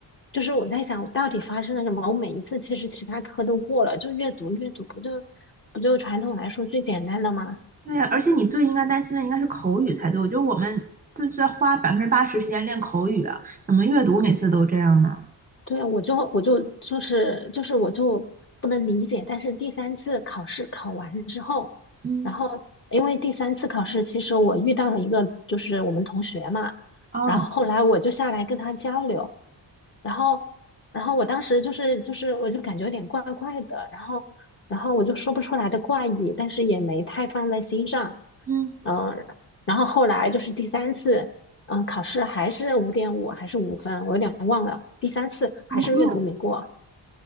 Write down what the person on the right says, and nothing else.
对呀，而且你最应该担心的应该是口语才对。我觉得我们就是在花百分之八十时间练口语啊，怎么阅读每次都这样呢？
嗯，
哦，
嗯，
崩溃了